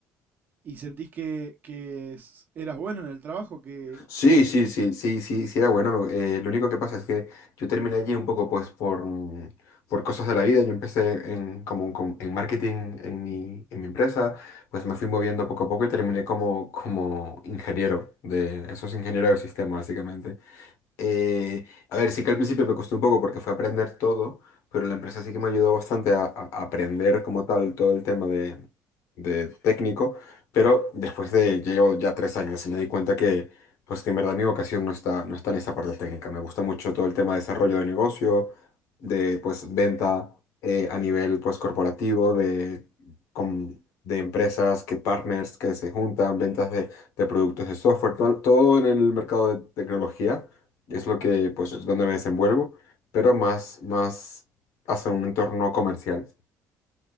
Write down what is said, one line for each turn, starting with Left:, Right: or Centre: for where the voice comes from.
Right: y sentís que, que es- eras bueno en el trabajo, que,
Left: Sí, sí, sí, sí, sí, sí, era bueno. Eh, lo único que pasa es que yo terminé allí un poco, pues, por, mm, por cosas de la vida. Yo empecé en, como un- con- en marketing en mi, en mi empresa, pues me fui moviendo poco a poco y terminé como, como ingeniero de esos ingenieros de sistemas, básicamente. Eh, a ver, sí que al principio me costó un poco porque fue aprender todo, pero la empresa sí que me ayudó bastante a, a- a aprender como tal todo el tema de, de técnico, pero después de, yo llevo ya tres años y me di cuenta que, pues que en verdad mi vocación no está, no está en esa parte técnica. Me gusta mucho todo el tema de desarrollo de negocio, de pues venta eh, a nivel pues corporativo, de, com- de empresas, que partners que se juntan, ventas de, de productos de software, todo todo en el mercado de tecnología. Es lo que, pues, es donde me desenvuelvo, pero más, más hacia un entorno comercial.